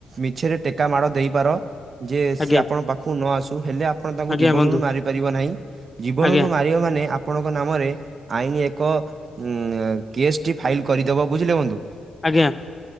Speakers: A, on the right; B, on the left.
A: ମିଛରେ ଟେକା ମାଡ଼ ଦେଇପାର। ଯେ
B: ଆଜ୍ଞା
A: ସେ ଆପଣ ପାଖକୁ ନ ଆସୁ ହେଲେ ଆପଣ ତାଙ୍କୁ
B: ଆଜ୍ଞା
A: ଜୀବନରୁ
B: ବନ୍ଧୁ
A: ମାରି ପାରିବ ନାହିଁ। ଜୀବନରୁ
B: ଆଜ୍ଞା
A: ମାରିବା ମାନେ ଆପ ଆପଣଙ୍କ ନାମରେ ଆଇନ ଏକ ଉ କେସ୍ ଟି ଫାଇଲ କରିଦେବ ବୁଝିଲେ ବନ୍ଧୁ।
B: ଆଜ୍ଞା।